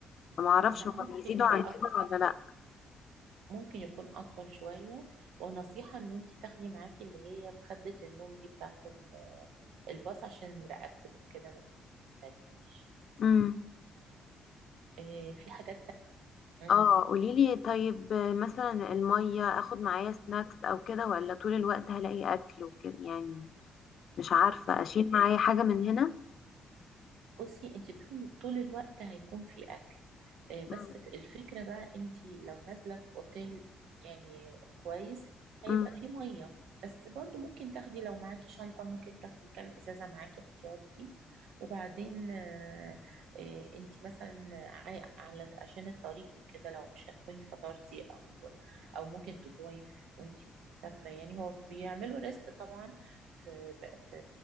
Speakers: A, on the left; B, on the right.
A: فما اعرفش
B: لا
A: هما
B: ممكن
A: بيزيدوا
B: يبقى
A: عن كده
B: أط...
A: ولا لا
B: ممكن يكون اطول شويه ونصيحه ان انت تاخدي معاكي اللي هي مخده النوم دي بتاعت ال- الباص عشان رقبتك وكده ما تتعبكيش
A: امم
B: آه، في حاجات تانية
A: اه قوليلي طيب آه، مثلا المية اخد معايا سناكس او كده ولا طول الوقت هلاقي اكل وكده يعني مش عارفة اشيل معايا حاجة من هنا
B: بصي انت طول طول الوقت هيكون في اكل آه،
A: مم.
B: بس في- الفكره بقى انت لو نازله في اوتيل يعني كويس هيبقى
A: مم.
B: فيه ميه بس برضو ممكن تاخدي لو معاكي شنطه ممكن تاخدي كام ازازه معاكي احتياطي وبعدين آه، آه، انت مثلا عاي- على عشان الطريق وكده لو مش هتكوني فطرتي او او ممكن تجوعي في- وانت مسافره يعني هو بيعملوا ريست طبعا في, في